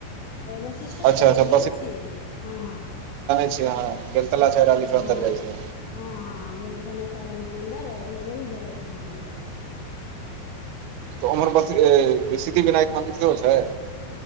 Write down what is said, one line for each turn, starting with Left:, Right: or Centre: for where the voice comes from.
Left: वशिष्ठो
Right: अच्छा अच्छा
Left: जानै छियै हँ हँ
Right: छि अहा वेलतरा चेहरा लेके
Left: हँ
Right: अन्दर जाइ छै।
Left: हँ हँ वेलतरा चेहरा लऽ बड़ ओहि जगह पर हम रहै छीय।
Right: तऽ ऊमर बास ए सिद्धि विनायक मन्दिर सेहोय छैय।